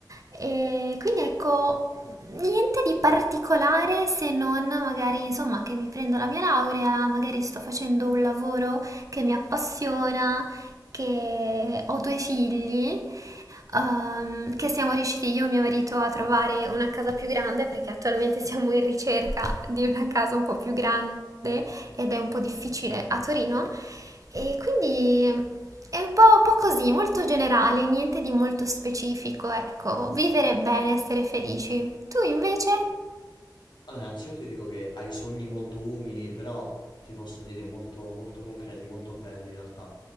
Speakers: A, on the right; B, on the left.
A: E quindi ecco, niente di particolare se non magari, insomma, che mi prendo la mia laurea, magari sto facendo un lavoro che mi appassiona, che ho due figli ehm, che siamo riusciti io e mio marito a trovare una casa più grande perché attualmente <laughs> siamo in ricerca di una casa un po' più grande ed è un po' difficile a Torino e quindi è un po', un po' così, molto generale, niente di molto specifico, ecco, vivere bene, essere felici. Tu invece?
B: Allora, innanzitutto ti dico che hai sogni molto umili, però ti posso dire molto, molto concreti, molto belli in realtà.